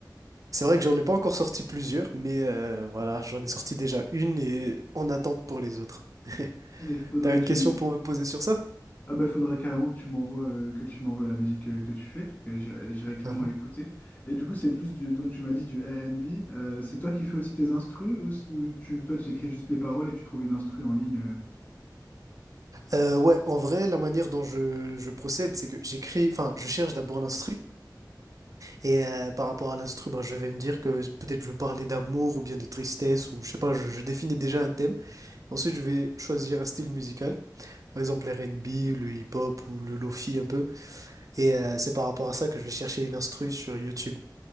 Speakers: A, on the right; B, on the left.
A: C'est vrai que j'en ai pas encore sorti plusieurs, mais euh, voilà, j'en ai sorti déjà une et en attente pour les autres. <laughs>
B: Mais faudra
A: T'as
B: que
A: une
B: tu,
A: question pour me poser sur ça?
B: Ah bah faudrait carrément que tu m'envoies euh, que tu m'envoies la musique euh, que tu fais. Et J'irai j'irai clairement
A: Mhm.
B: écouter. Et du coup, c'est plus du donc tu m'as dit du R&B. Euh, c'est toi qui fais aussi tes instrus ou, s- ou tu toi tu écris juste les paroles et tu trouves une instru en ligne. euh
A: Euh, ouais, en vrai, la manière dont je, je procède, c'est que j'écris, enfin, je cherche d'abord l'instru, et euh, par rapport à l'instru, ben, je vais me dire que peut-être je veux parler d'amour ou bien de tristesse, ou je sais pas, je, je définis déjà un thème, Ensuite, je vais choisir un style musical, par exemple l'R and B le hip-hop ou le lofi un peu. Et euh, c'est par rapport à ça que je vais chercher une instru sur YouTube.